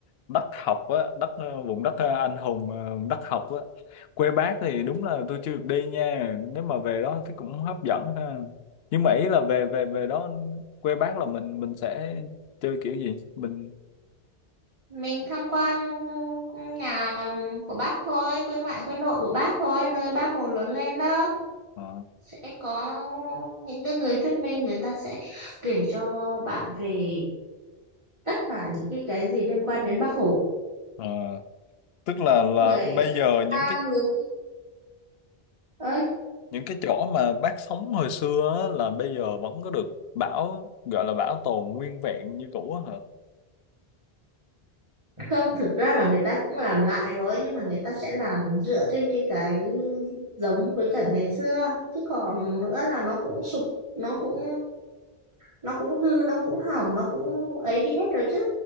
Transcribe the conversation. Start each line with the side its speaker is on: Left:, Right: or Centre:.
Left: đất học á đất ờ, vùng đất ờ, anh hùng ờ, vùng đất học á quê bác thì đúng là tôi chưa được đi nha nếu mà về đó thì cũng hấp dẫn ha nhưng mà ý là về về về đó quê bác là mình mình sẽ chơi kiểu gì mình
Right: mình tham quan ừ, nhà của Bác thôi quê ngoại quê nội của Bác thôi nơi Bác Hồ lớn lên đó
Left: Ờ,
Right: sẽ có những cái người thuyết minh người ta sẽ kể cho bạn về tất cả những cái cái gì liên quan đến Bác Hồ
Left: ờ. Tức là là
Right: người
Left: bây giờ
Right: ta
Left: những cái
Right: người ơi
Left: những cái chỗ mà bác sống hồi xưa á, là bây giờ vẫn có được bảo gọi là bảo tồn nguyên vẹn như cũ á hả?
Right: Không, thực ra là người ta cũng làm lại rồi nhưng mà người ta sẽ làm dựa trên cái cái giống với cả ngày xưa chứ còn nữa là nó cũng sụp nó cũng nó cũng hư nó cũng hỏng nó cũng ấy đi hết rồi chứ